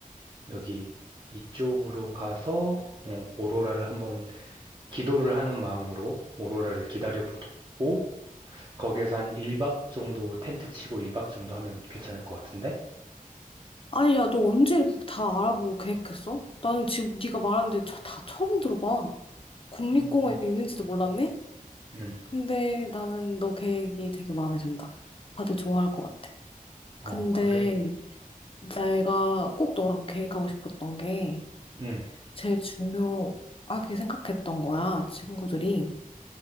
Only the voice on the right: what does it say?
여기 이쪽으로 가서 어, 오로라를 한번 기도를 하는 마음으로 오로라를 기다려 보고 거기에서 한 1박 정도 텐트 치고 1박 정도 하면 괜찮을 것 같은데?
음,
음,
어,
그래?
음,